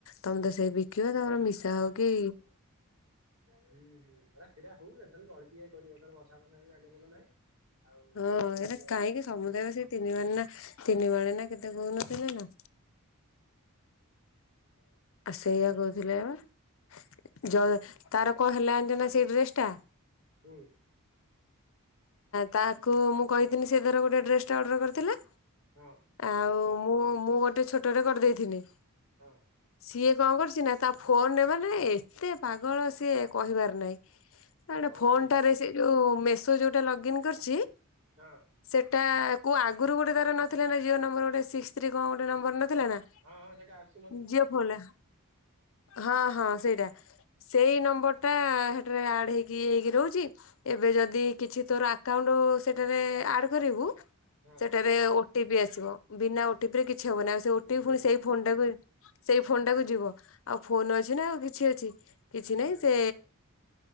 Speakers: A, on the left; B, on the right.
A: ତମେତ ସେଇ ବିକିବ ତମର ମିଶା ହଉକି
B: ହୁଁ ହୁଁ ହେରା ସେରା ହଉ ଏଥର ଅଳ୍ପିଆ କରିବ ଏଥର ବର୍ଷା ବର୍ଷା ଗାଣ୍ଡି ମୁଣ୍ଡ ନାହିଁ ଆଉ
A: ହଁ
B: ଯେତିକି
A: ଏଇଟା କାହିଁକି ସମୁଦାୟ ସେଇ ତିନି ମଣେ ନା ତିନି ମାଣେ ନା କେତେ କହୁନଥିଲେ ନା
B: <inaudible>
A: ଆ ସେଇଆ କହୁଥିଲେ ପା ଯ ତାର କଣ ହେଲା ଯାଣିଛନା ସେଇ ଡ୍ରେସ ଟା
B: ଏ
A: ତାକୁ ମୁଁ କହିଥିଲି ସେ ଧର ଗୋଟେ ଡ୍ରେସ ଟା ଅର୍ଡର କରିଥିଲା।
B: ହଁ
A: ଆଉ ମୁଁ ମୁଁ ଗୋଟେ ଛୋଟରେ କରିଦେଇଥିଲି।
B: ହଁ।
A: ସିଏ କଣ କରିଛି ନା ତା ଫୋନ ନେବ ନା ଏତେ ପାଗଳ ସିଏ କହିବାର ନାହିଁ।
B: ହଁ
A: ତାର
B: କଣ
A: ଫୋନ
B: କଲା କି?
A: ଟାରେ ସେ ଯୋଉ ମେସୋ ଯୋଉଟା ଲଗ ଇନ କରିଛି।
B: ହଁ।
A: ସେଟା କୋଉ ଆଗରୁ ଗୋଟେ ତାର ନଥିଲା ନା ଜି ନମ୍ବର ଗୋଟେ ସିକ୍ସ ଥ୍ରୀ କଣ ଗୋଟେ ନମ୍ବର ନଥିଲା ନା
B: ହଁ ହଁ ସେଟା ଆସଛି
A: ଯିଓ ଫୋନ୍ ହଁ ହଁ ସେଇଟା। ସେଇ ନମ୍ବର ଟା ସେଥିରେ ଆଡ ହେଇକି ହେଇକି ରହୁଛି। ଏବେ ଯଦି କିଛି ତୋର ଆକାଉଣ୍ଟ ସେଥିରେ ଆଡ କରିବୁ।
B: ହଁ
A: ସେଠାରେ ଓଟିପି ଆସିବ ବିନା ଓଟିପି ରେ କିଛି ହବ ନାହି ଆଉ ସେ ଓଟି
B: କିଛି
A: ପି ପୁଣି
B: ହଉନି।
A: ସେଇ ଫୋନ ଟାକୁ। ସେଇ ଫୋନ ଟାକୁ ଯିବ ଆଉ ଫୋନ ଅଛି ନା ଆଉ କିଛି ଅଛି କିଛି
B: ନା
A: ନାହିଁ ସେ
B: ନମ୍ବର